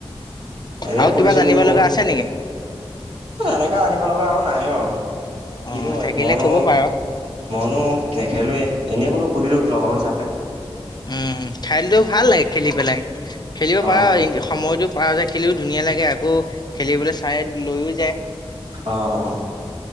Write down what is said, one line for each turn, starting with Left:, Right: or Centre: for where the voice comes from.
Right: এনে
Left: আৰু
Right: সুধিছো
Left: কিবা জানিব
Right: বোলো মই
Left: লগা
Right: আক,
Left: আছে নেকি?
Right: এনেকা আনিব লগা আৰু নাই আৰু
Left: অ'
Right: কিনো
Left: থাকিলে
Right: মইনো
Left: ক'ব পাৰ।
Right: মইনো নেখেলোৱে এনেই বোলো সুধিলো লগৰ হিচাপে
Left: উম খাই দিলো ভাল লাগে খেলি পেলাই খেলিব
Right: অ',
Left: পাৰ সময়তটো পাৰ যে খেলিও ধুনীয়া লাগে আকৌ খেলিবলৈ চায়দ লৈও যায়
Right: অ',